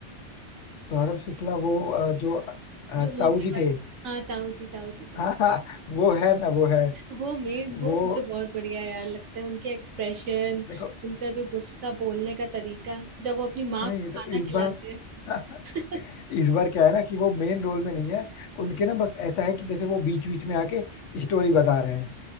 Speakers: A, on the left; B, on the right.
A: सौरभ शुक्ला वो अ, जो अ,
B: जो मोटे
A: ताऊ जी
B: वाले
A: थे
B: हाँ ताऊ जी ताऊ जी ताऊ
A: हाँ हाँ वो है ना वो है
B: <laughs> वो मेन
A: वो
B: वो मुझे बहुत बढ़िया यार लगता है उनके एक्सप्रेशन
A: देखो
B: उनका जो गुस्सा बोलने का तरीका जब वो अपनी माँ
A: नहीं
B: को
A: तो
B: खाना
A: इस
B: खिलाते
A: बार <laughs>
B: हैं <laughs>
A: इस बार क्या है ना कि वो मेन रोल में नहीं है उनके ना बस ऐसा है कि जैसे वो बीच बीच में आके स्टोरी बता रहे हैं